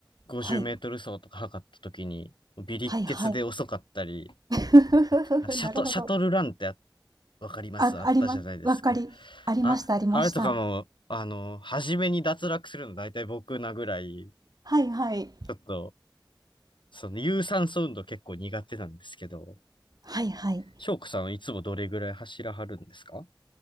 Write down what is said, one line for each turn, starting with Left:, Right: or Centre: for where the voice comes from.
Left: 50メートル走とか測った時に、
Right: はい。
Left: 微力血で遅かったり、
Right: はいはい。<laughs> ふふふふふなるほど。
Left: あとなんかシャト、シャトルランってあわかりますあったじゃないですか。
Right: あ、あります。わかり、ありました、
Left: あ、
Right: ありました。
Left: あれとかも、あの、初めに脱落するの大体僕なぐらい、
Right: はいはい。
Left: ちょっと、その有酸素運動結構苦手なんですけど、
Right: はいはい。
Left: 翔子さんはいつもどれぐらい走らはるんですか